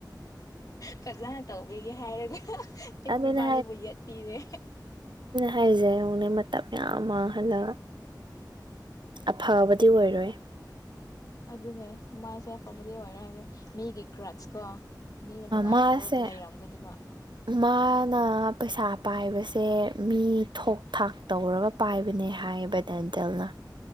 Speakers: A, on the left; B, on the right.
A: ꯐꯖꯅ ꯇꯧꯕꯤꯒꯦ ꯍꯥꯏꯔꯒ
B: ꯑꯗꯨꯅ
A: ꯏꯕꯅꯤꯕꯨ ꯌꯦꯠ ꯄꯤꯔꯦ
B: ꯍꯥꯏꯁꯦ ꯌꯦꯡꯎꯅꯦ ꯃꯇꯝ ꯌꯥꯝꯌꯥꯝ ꯃꯥꯡꯍꯜꯂꯒ ꯑꯐꯕꯗꯤ ꯑꯣꯏꯔꯣꯏ
A: ꯑꯗꯨꯅꯦ ꯃꯥꯁꯦ ꯑꯐꯕꯗꯤ ꯑꯣꯏꯔꯣꯏ ꯃꯤꯒꯤꯈ꯭ꯔꯥꯖꯀꯣ ꯃꯤꯅ ꯅꯨꯡꯉꯥꯏꯇꯕ
B: ꯃꯥꯁꯦ
A: ꯂꯩꯔꯝꯒꯗꯤ ꯋꯥ
B: ꯃꯥꯅ ꯄꯩꯁꯥ ꯄꯥꯏꯕꯁꯦ ꯃꯤ ꯊꯣꯛ ꯊꯥꯛ ꯇꯧꯔꯒ ꯄꯥꯏꯕꯅꯦ ꯍꯥꯏꯌꯦꯕ ꯗꯦꯟꯇꯦꯜꯅ